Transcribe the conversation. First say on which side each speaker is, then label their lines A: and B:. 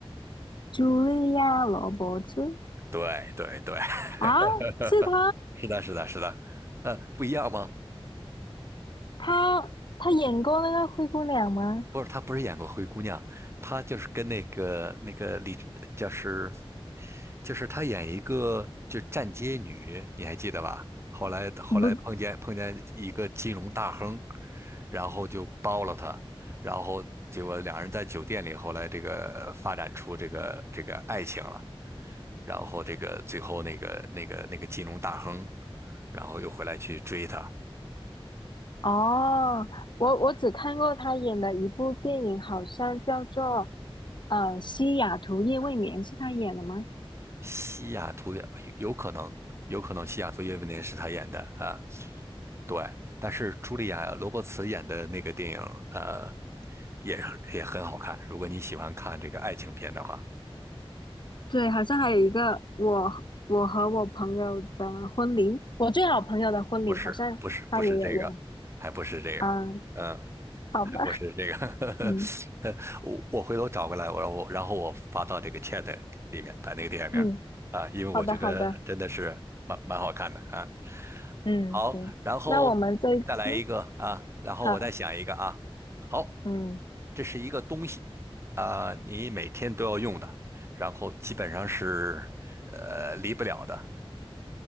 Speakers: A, on the left; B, on the right.
A: 茱莉亚·罗伯茨
B: 对对对，
A: 啊，
B: <laughs>
A: 是她，
B: 是的，是的，是的，呃，不一样吗？
A: 她她演过那个灰姑娘吗？
B: 不是，她不是演过灰姑娘，她就是跟那个那个李，就是就是她演一个就站街女，你还记得吧？后来后来碰见碰见一个金融大亨，
A: 不，
B: 然后就包了她，然后结果两人在酒店里，后来这个发展出这个这个爱情了，然后这个最后那个那个那个金融大亨，然后又回来去追她，
A: 哦，我我只看过她演的一部电影，好像叫做呃《西雅图夜未眠》，是她演的吗？
B: 西雅图也有有可能，有可能西雅图夜未眠是他演的啊，对。但是茱莉亚·罗伯茨演的那个电影，呃，也也很好看。如果你喜欢看这个爱情片的话，
A: 对，好像还有一个我和我和我朋友的婚礼，我最好朋友的婚礼，
B: 不是，
A: 好像他也有演。
B: 不是，不是这个，还不是这个，
A: 嗯，
B: 嗯，
A: 好吧，
B: 还不是这个，
A: 嗯
B: <laughs> 我我回头找过来，我然后然后我发到这个 chat 里面，把那个电影名儿啊，
A: 嗯，
B: 因为我觉得真的是蛮蛮好看的啊。
A: 好的好的，嗯行，
B: 好，然后再来一个啊，
A: 那我们这嗯
B: 然后我再想一个啊。
A: 好，
B: 好，
A: 嗯
B: 这是一个东西啊，你每天都要用的，然后基本上是呃离不了的，